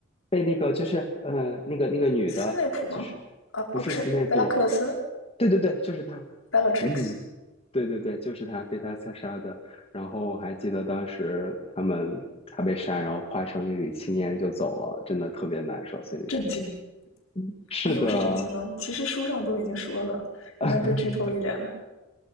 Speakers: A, on the left (about 30°); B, on the left (about 90°).
A: 被那个就是呃那个那个女的，
B: 斯内普吗？
A: 就是
B: 啊啊，
A: 不是斯内普，
B: 不是，贝拉克勒斯
A: 对对对，就是她，
B: （Bellatrix）。
A: 嗯，对对对，就是他被他刺杀的。然后我还记得当时他们他被杀，然后化成一缕青烟就走了，真的特别难受，心里面。
B: 震惊
A: 嗯是的，
B: 啊，也不是震惊了，其实书上都已经说了，应该被剧透一脸了。
A: <laughs>